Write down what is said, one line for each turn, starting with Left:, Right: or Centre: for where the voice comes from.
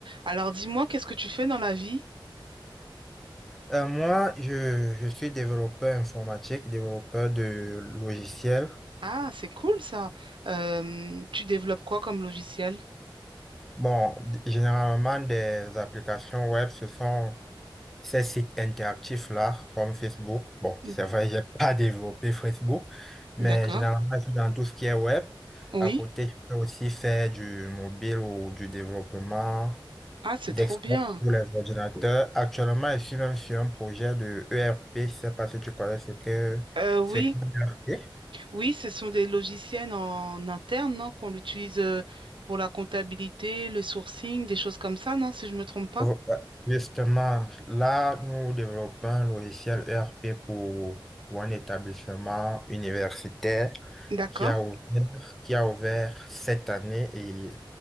Right: Alors dis-moi, qu'est-ce que tu fais dans la vie?
Centre: Euh, moi, je, je suis développeur informatique, développeur de logiciels.
Right: Ah, c'est cool ça. Euh, tu développes quoi comme logiciel?
Centre: Bon, d- généralement, des applications web, ce sont ces sites interactifs-là, comme Facebook. Bon,
Right: N-
Centre: c'est vrai, j'ai <laughs> pas développé Facebook, mais
Right: D'accord.
Centre: généralement, c'est dans tout ce qui est web.
Right: Oui.
Centre: À côté, je peux aussi faire du mobile ou du développement
Right: Ah, c'est
Centre: desktop
Right: trop bien.
Centre: pour les ordinateurs. Actuellement, je suis même sur un projet de ERP. Je sais pas si tu connais ce que
Right: Euh, oui,
Centre: c'est. que l'E R P.
Right: oui, ce sont des logiciels en interne, non, qu'on utilise euh, pour la comptabilité, le sourcing, des choses comme ça, non, si je me trompe pas.
Centre: Oh, ouais. Justement, là, nous développons un logiciel ERP pour, pour un établissement universitaire
Right: D'accord.
Centre: qui a ouvert, qui a ouvert cette année et